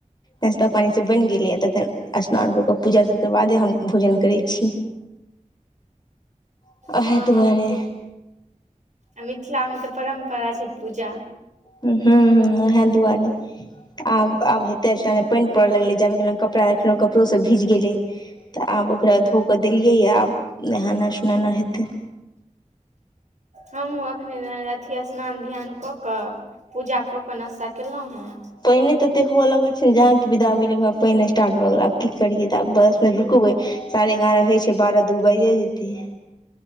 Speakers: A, on the left; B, on the right.
A: नश्ता पानि सब बनि गेलैये तखन स्नान कऽ कऽ पूजा सभके बादे हम भोजन करै छी। <inaudible>
B: हँ
A: दुआरे
B: हँ क आ मिथिलामे तऽ परम्परा छै पूजा।
A: हुं, हुं ओहे दुआरे। आब आब हेतै एहिना पानि पड़य लगलै जाबे गेलहुँ कपड़ा रखलहुँ, कपड़ो सभ भीज गेलै। तऽ आब ओकरा धोक कऽ देलियैए आब नेहेनै स सोनेनै हेतै।
B: हमहुँ अखने अथि स्नान ध्यान कऽ कऽ पूजा कऽ कऽ नाश्ता केलहुॅं हेँ
A: पानिये तते हुअ लगै छै जहाँ कि विदा भेलियै ओ पानिये स्टार्ट भऽ गेलै आब की करियै तऽ आब बस फेर रुकबै साढ़े एगारह होइ छै बारह दू बैजे जेतै।